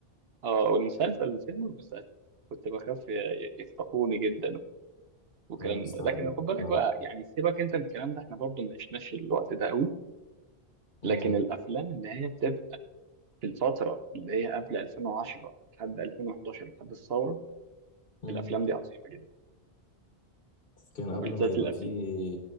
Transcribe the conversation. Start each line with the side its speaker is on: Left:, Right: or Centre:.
Right: اه والمسلسل الفيلم والمسلسل كنت بخاف ي- يخطفوني جدا والكلام
Left: لا استاذ
Right: ده لكن خد بالك
Left: لو
Right: بقى يعني سيبك انت من الكلام ده احنا برضو ما عشناش الوقت ده قوي
Left: مم.
Right: لكن الافلام اللي هي بتبقى في الفترة اللي هي قبل 2010 لحد 2011 لحد الثورة
Left: مم.
Right: الأفلام دي عظيمة جدا
Left: كان
Right: وبالذات
Left: قبل ما يبقى
Right: الأفلام
Left: فيه